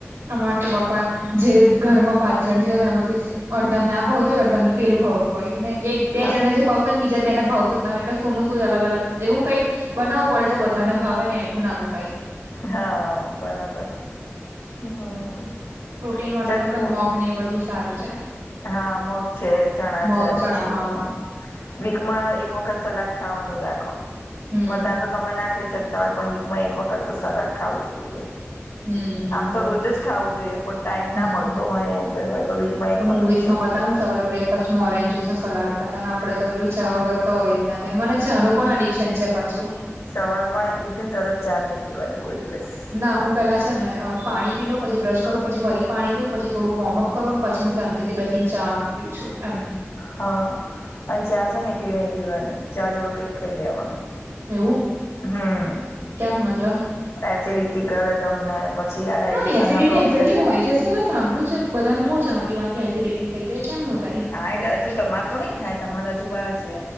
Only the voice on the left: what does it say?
હા
હા બરાબર હમ.
જંક
ફૂડ
હા મગ છે, ચણા
છે, પછી
હ.
વીકમાં એક વખત સલાડ ખાવાનું રાખો
વધારે. તમે ના ખાઈ શકતા હોય પણ વીકમાં એક વખત તો સલાડ ખાવું જ જોઈએ.
આમ
તો રોજ જ ખાવું જોઈએ પણ ટાઈમ
ના મળતો હોય ને એવું કઇ હોય તો વીકમાં એક વખત
તો
સવારમાં ઉઠીને તરત ચા નહી પીવાની કોઈ દિવસ.
હા અને ચા છે, એકલી ન પીવાની ચા જોડું કઈક ખાઈ લેવાનું,
હમ્મ
એસિડિટી કરે તમને. પછી આ ડાયજેશનના
પ્રોબ્લેમ
હા એટલે હજુ તમાર તો નહીં થાય તમારે હજુ <unintelligible> છે.